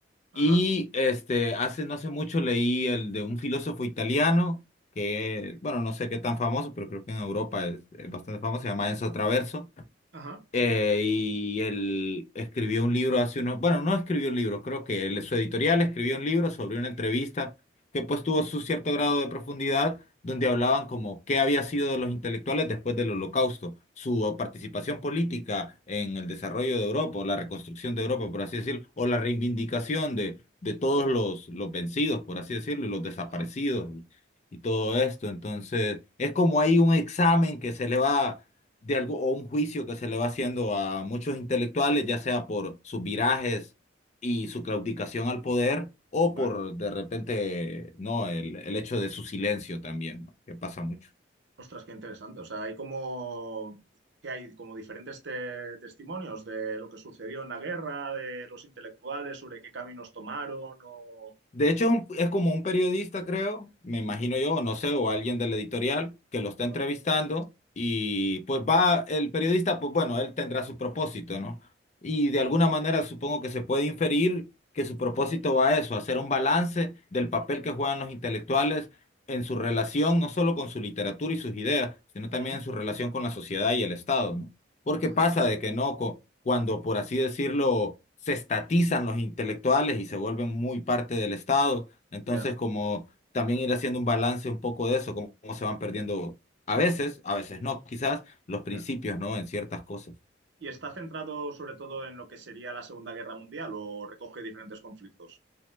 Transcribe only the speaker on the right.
Ajá,
ajá, sí.
Ajá,
ujú,
ajá,
vale.
Ostras, qué interesante. O sea, hay como que hay como diferentes te- testimonios de lo que sucedió en la guerra, de los intelectuales, sobre qué caminos tomaron o...
Ajá,
de acuerdo.
Ujú,
ajá.
Ya,
ya.
¿Y está centrado sobre todo en lo que sería la Segunda Guerra Mundial o recoge diferentes conflictos?